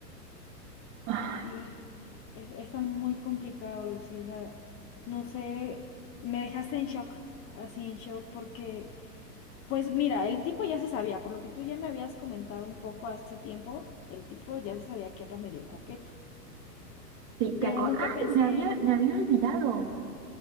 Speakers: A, on the right; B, on the left.
A: Ay,
B: Sí, es- está muy complicado, Lucy. O sea, no sé, me dejaste en shock, así en shock, porque, pues mira, el tipo ya se sabía, por lo que tú ya me habías comentado un poco hace tiempo, el tipo ya se sabía que era medio coqueto,
A: sí,
B: pero
A: te aco-
B: nunca
A: ¡Ay!
B: pensé,
A: Me había, me había olvidado.